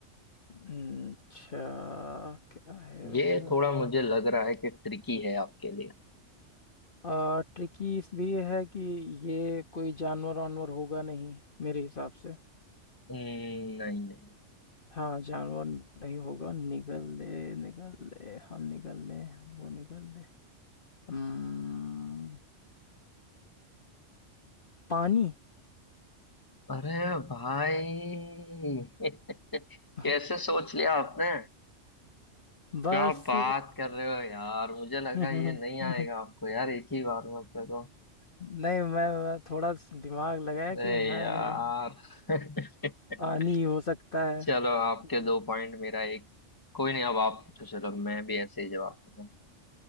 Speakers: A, on the left; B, on the left.
A: हम्म, अच्छा क्या है वैसा
B: ये थोड़ा मुझे लग रहा है कि ट्रिकी है आपके लिए
A: आ, ट्रिकी इसलिए है कि ये कोई जानवर वानवर होगा नहीं मेरे हिसाब से
B: हम्म, नहीं नहीं नहीं।
A: हाँ जानवर नहीं होगा निकल ले निकल ले हम निकल ले वो निकल ले हम्म, पानी
B: अरे भाई <laughs>
A: <laughs>
B: कैसे सोच लिया आपने
A: बस
B: क्या बात कर रहे हो यार मुझे लगा
A: नहीं
B: ये नहीं आएगा आपको यार एक ही बार में अपने को
A: मैं, मैं थोड़ा स- दिमाग लगाया
B: अरे
A: कि मैं
B: यार
A: नहीं बना
B: <laughs>
A: पानी हो सकता है
B: चलो
A: हम्म,
B: आपके दो पॉइंट मेरा एक कोई नहीं अब आप पूछो चलो मैं भी ऐसे ही जवाब दूंगा